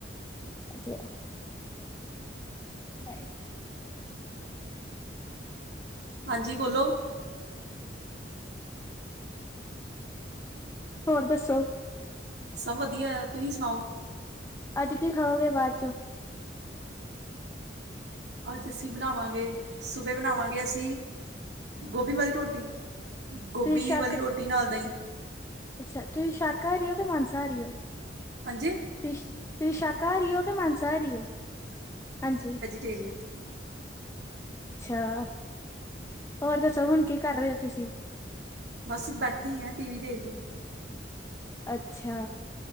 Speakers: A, on the left (about 15°); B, on the right (about 65°).
A: <unintelligible> <unintelligible> ਬਾਏ।
B: ਹਾਂਜੀ, ਬੋਲੋ?
A: ਹੋਰ ਦੱਸੋ?
B: ਸਭ ਵਧੀਆ, ਤੁਸੀਂ ਸੁਣਾਓ?
A: ਅੱਜ ਕੀ ਖਾਓਗੇ ਬਾਅਦ ਚੋਂ?
B: ਅੱਜ ਅਸੀਂ ਬਣਾਵਾਂਗੇ ਸੁਬਹ ਬਣਾਵਾਂਗੇ? ਅਸੀਂ ਗੋਭੀ ਵਾਲੀ ਰੋਟੀ, ਗੋਭੀ
A: ਤੁਸੀਂ ਸ਼ਾਕ
B: ਵਾਲੀ ਰੋਟੀ ਨਾਲ ਦਹੀਂ।
A: ਅੱਛਾ, ਤੁਸੀਂ ਸ਼ਾਕਾਹਾਰੀ ਓ ਕਿ ਮਾਸਾ ਹਾਰੀ ਹੋ?
B: ਹਾਂਜੀ
A: ਤੁਸੀਂ, ਤੁਸੀਂ ਸ਼ਾਕਾਹਾਰੀ ਹੋ ਕੇ ਮਾਨਸਾਹਾਰੀ ਓ? ਹਾਂਜੀ।
B: ਤੇਰੀਆਂ <unintelligible>
A: ਅੱਛਾ, ਹੋਰ ਦੱਸੋ ਹੁਣ ਕੀ ਕਰ ਰਹੇ ਹੋ ਤੁਸੀਂ?
B: ਬਸ, ਬੈਠੀ ਆ ਟੀ, ਵੀ ਦੇਖ ਰਹੀ।
A: ਅੱਛਾ,